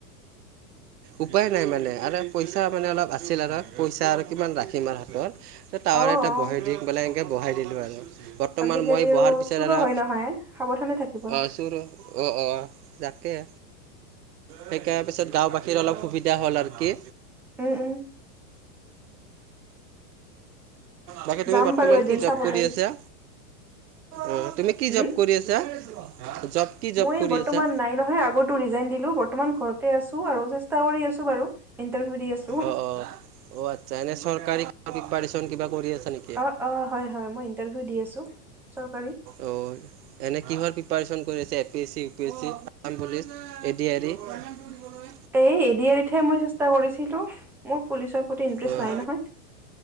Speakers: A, on the right; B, in the centre.
A: উপায় নাই মানে আৰু পইচা মানে অলপ আছিল আৰুক পইচা আৰু কিমান ৰাখিম আৰু হাতত টাৱাৰে
B: অ
A: এটা
B: অ
A: বহে দি বানলে বহাই দিলো আৰু বৰ্তমান
B: আজিকালি
A: মই
B: আৰু
A: বহাৰ পিছত
B: চুৰো
A: আৰু
B: হয় নহয় সাৱধানে থাকিবা
A: অ', চোৰ অ', অ', তাকেই সেইকাৰ পিছত গাওঁ বাস বাখীৰ অলপ সুবিধা হ'ল আৰু কি
B: উম, উম
A: তাকে তুমি
B: যাম
A: বৰ্তমান
B: বাৰু এদিন
A: কি জব
B: চাবলৈ
A: কৰি আছা? অ', তুমি কি
B: উম
A: জব কৰি আছা জব কি জব
B: মই
A: কৰি
B: বৰ্তমান
A: আছা
B: নাই নহয় আগৰটো ৰিজাইন দিলো বৰ্তমান ঘৰতে আছোঁ আৰু চেষ্টা কৰি আছো বাৰু। ইণ্টাৰভিউ দি আছো
A: অ', অ', অ', আচ্ছা এনে চৰকাৰী কিবা প্ৰিপাৰেচন কিবা কৰি আছা নেকি?
B: অ', অ', হয়, হয় মই ইণ্টাৰভিউ দি আছোঁ চৰকাৰী
A: অ'। এনে কিহৰ প্ৰিপাৰেচন কৰি আছে এ পি এছ চি, উ পি এছ চি, আ পুলিচ এডি আ ৰি। ফুৰিবলৈ।
B: এই এডি আৰিতহে মই চেষ্টা কৰিছিলোঁ মোৰ পুলিচৰ প্ৰতি ইণ্টাৰেষ্ট
A: অ',
B: নাই নহয়।